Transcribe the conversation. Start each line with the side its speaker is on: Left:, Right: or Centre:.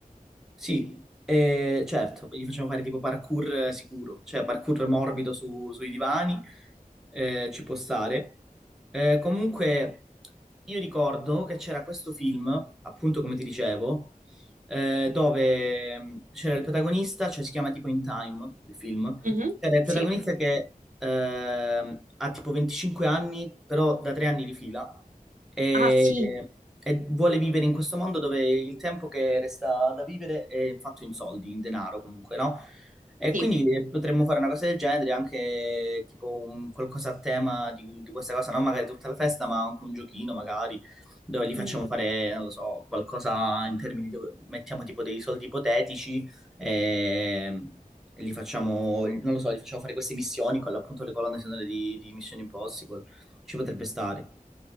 Centre: Sì, eh, certo, gli facciamo fare tipo parkour eh, sicuro, cioè parkour morbido su- sui divani, eh, ci può stare. Eh, comunque, io ricordo che c'era questo film, appunto come ti dicevo, eh, dove mh, c'era il protagonista, cioè si chiama tipo In Time, il film,
Right: Mhm,
Centre: cioè, il protagonista
Right: Sì.
Centre: che ehm, ha tipo 25 anni, però da tre anni di fila, e,
Right: Ah, sì,
Centre: e vuole vivere in questo mondo dove il tempo che resta da vivere è fatto in soldi, in denaro comunque, no? E
Right: sì.
Centre: quindi potremmo fare una cosa del genere, anche tipo un, qualcosa a tema di, di questa cosa, non magari tutta la festa, ma anche un giochino magari, dove gli facciamo
Right: Mhm.
Centre: fare, non lo so, qualcosa in termini dove mettiamo tipo dei soldi ipotetici Ehm, E li facciamo, non lo so, li facciamo fare queste missioni con appunto le colonne sonore di, di Mission Impossible. Ci potrebbe stare,